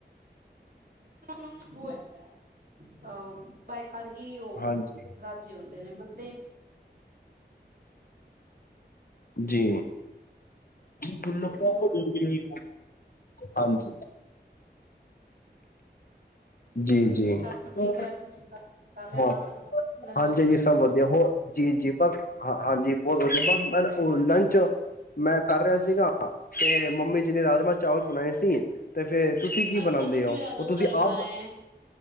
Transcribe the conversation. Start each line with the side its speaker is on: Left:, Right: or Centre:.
Right: ਹੋ ਊਨੁ ਔ ਹੈਗਾ ਬਏ ਘਰ ਹੀ ਉਹ
Left: ਹਾਂਜੀ
Right: ਰਾਜੀ ਹੁੰਦੇ ਨੇ ਬਦੇ
Left: ਜੀ <inaudible>
Right: ਤੁਸੀਂ ਹੋਰ
Left: ਹਾਂਜੀ ਜੀ ਜੀ ਹਾਂ
Right: ਘਰ ਸਭ ਠੀਕ ਹੈ ਤੁਸੀਂ ਕਰ ਲਿਆ
Left: ਹਾਂਜੀ
Right: ਨਾ ਲੰਚ ਵਗੈਰਾ
Left: ਹਾਂਜੀ ਸਭ ਵਧੀਆ ਹੋ ਜੀ ਜੀ ਬਸ ਹਾਂ ਹਾਂਜੀ ਬੋਤਲ ਵਧੀਆ ਬਾਅਦ ਮੈਂ ਲੰਚ ਮੈਂ ਕਰ ਰਿਹਾ ਸੀਗਾ ਤੇ ਮੰਮੀ ਜੀ ਨੇ ਰਾਜਮਾ- ਚਾਵਲ ਬਣਾਏ ਸੀ ਤੇ ਫੇਰ ਤੁਸੀਂ ਕੀ
Right: ਅੱਛਾ
Left: ਬਣਾਉਂਦੇ
Right: ਤੁਸੀਂ
Left: ਹੋ
Right: ਵੀ ਰਾਜਮਾਂ
Left: ਉਹ ਤੁਸੀਂ
Right: ਚਾਵਲ ਬਣਾਏ
Left: ਆਪ
Right: ਹੈ